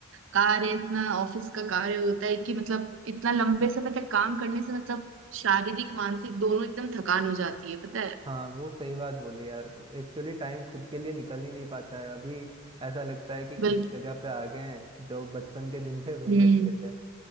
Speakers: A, on the right (about 60°); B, on the right (about 20°).
A: कार्य इतना ऑफिस का कार्य होता है कि मतलब इतना लंबे समय तक काम करने से मतलब शारीरिक मानसिक दोनों एकदम थकान हो जाती है पता है
B: हाँ वो सही बात बोली यार एक्चुअली टाइम खुद के लिए निकल ही नहीं पाता है अभी ऐसा लगता है कि किस
A: बिल्कुल
B: जगह पे आ गए हैं जो बचपन के दिन थे वही
A: हम्म
B: अच्छे थे